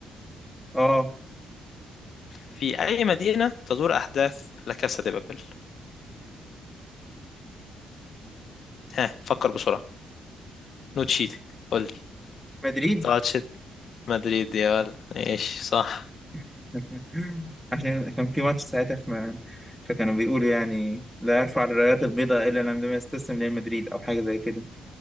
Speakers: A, in the centre; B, on the left.
A: اه
B: في اي مدينه تدور احداث لا كاسا دي بابل ها فكر بسرعه نو تشيتنج قول لي
A: مدريد
B: تاتشت مدريد يا ولد ايش صح
A: <laughs> عشان كان في ماتش ساعتها في م- فكانوا بيقولوا يعني لا يرفع الرايات البيضاء الا لما يستسلم لريال مدريد او حاجة زي كده